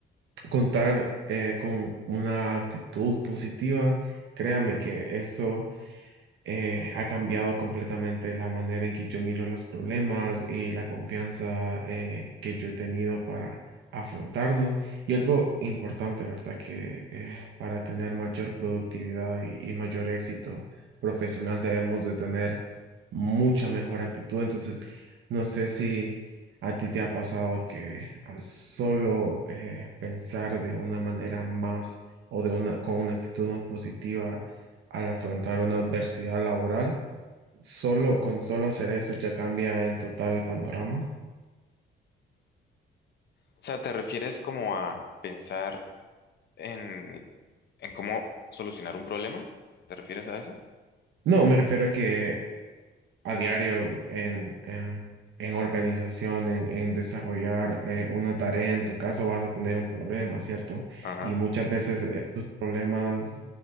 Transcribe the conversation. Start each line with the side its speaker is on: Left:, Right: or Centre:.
Right: contar eh, con una actitud positiva. Créame que esto eh, ha cambiado completamente la manera en que yo miro los problemas y la confianza eh, que yo he tenido para afrontarnos. Y algo importante, ¿verdad? Que eh, para tener mayor productividad y, y mayor éxito profesional debemos de tener mucha mejor actitud. Entonces, no sé si a ti te ha pasado que al solo eh, pensar de una manera más o de una, con una actitud más positiva, al afrontar una adversidad laboral, solo con solo hacer eso ya cambia en total el panorama.
Left: O sea, ¿te refieres como a pensar en, en cómo solucionar un problema? ¿Te refieres a eso?
Right: No, me refiero a que a diario en, en, en organización, en, en desarrollar eh, una tarea, en tu caso vas a tener un problema, ¿cierto?
Left: Ajá.
Right: Y muchas veces estos problemas